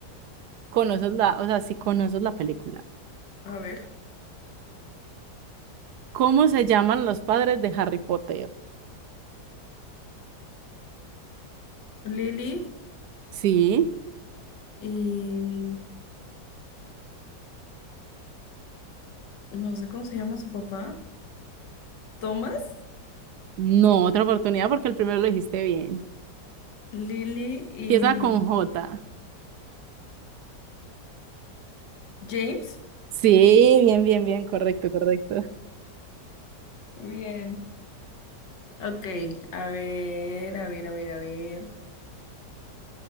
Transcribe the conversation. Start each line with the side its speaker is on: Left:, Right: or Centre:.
Right: conoces la, o sea, si conoces la película.
Left: A ver,
Right: ¿Cómo se llaman los padres de Harry Potter?
Left: Lili
Right: Sí,
Left: y no sé cómo se llama su papá, Thomas,
Right: no, otra oportunidad porque el primero lo dijiste bien.
Left: Lily y
Right: Empieza con J.
Left: James.
Right: Sí, bien, bien, bien, correcto, correcto.
Left: Bien. Ok, a ver, a ver, a ver, a ver.